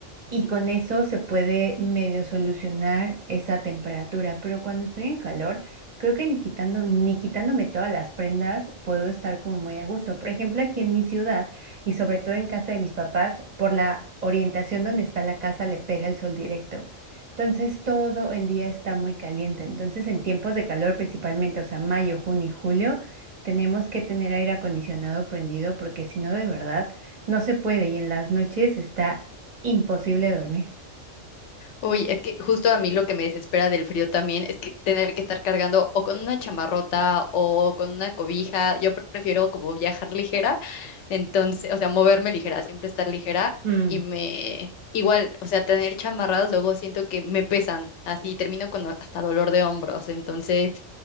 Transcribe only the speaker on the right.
Y con eso se puede medio solucionar esa temperatura, pero cuando estoy en calor, creo que ni quitando, ni quitándome todas las prendas puedo estar como muy a gusto. Por ejemplo, aquí en mi ciudad y sobre todo en casa de mis papás, por la orientación donde está la casa le pega el sol directo. Entonces todo el día está muy caliente. Entonces en tiempos de calor principalmente, o sea, mayo, junio y julio, tenemos que tener aire acondicionado prendido porque si no, de verdad, no se puede. Y en las noches está imposible dormir.
Mm,